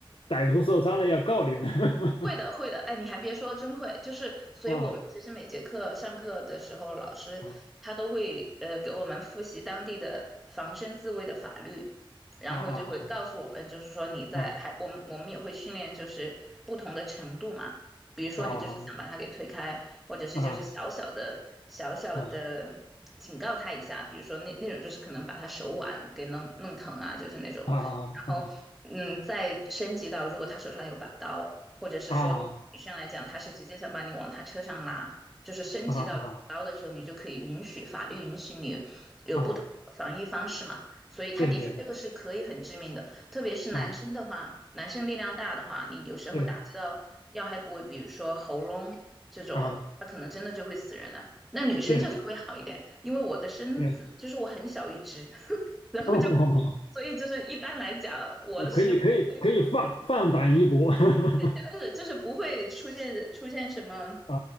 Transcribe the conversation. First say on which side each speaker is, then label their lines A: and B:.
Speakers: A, on the left; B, in the centre.
A: 歹徒受伤了要告你们 <laughs>
B: 会的，会的，哎，你还别说，真会，就是，所以我们其实每节课上课的时候，
A: 啊
B: 老师他都会呃给我们复习当地的防身自卫的法律，
A: 嗯
B: 然后就会告诉我们，
A: 啊啊
B: 就是说你在还我们我们也会训练就是不同的程度嘛，
A: 啊
B: 比如说你就是想把他给推开，
A: 啊
B: 或者是就是小小的小小的警告他一下，
A: 啊啊啊
B: 比如说那那种就是可能把他手腕给弄弄疼啊，就是那种。
A: 啊
B: 然后，嗯，再升级到如果他手上有把刀，或者是说女生来讲，
A: 啊啊
B: 她是直接想把你往他车上拉，就是升级到刀的时候，
A: 啊啊
B: 你就可以允许法律允许你有不同的防御方式嘛。
A: 啊啊！
B: 所以他的确这个是可以很致命的。
A: 对对对
B: 特别是男生的话，
A: 啊
B: 男生力量大的话，你有时候打击到要害部位，
A: 对
B: 比如说喉咙这种，
A: 啊
B: 他可能真的就会死人了。那女生就稍微好一点，
A: 对
B: 因为我的身子就是我很小一只，
A: 对，
B: <laughs> 然后就
A: <laughs> 哦，
B: 所以就是一般来讲，我是不会
A: 可以可以可以放放胆一搏 <laughs> 啊
B: 真的是就是不会出现出现什么
A: 啊